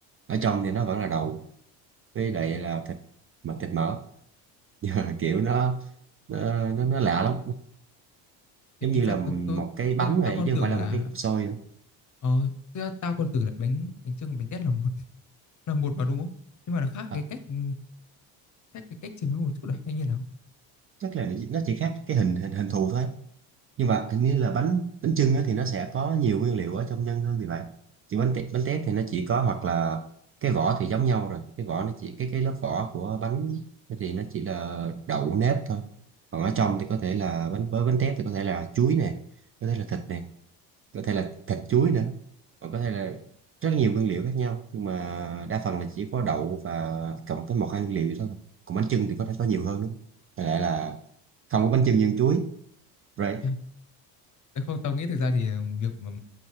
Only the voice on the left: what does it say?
Thế
tính
ra
tôi tôi
tôi,
tôi còn
tưởng
là
ờ thực ra tao còn tưởng là bánh bánh chưng và bánh tét là một <laughs> là một mà đúng không? Nhưng mà nó khác
cái cách ừ, khác cái cách chế biến một chút là hay như nào?
À. Đấy Không, tao nghĩ thực ra thì ờ, việc mà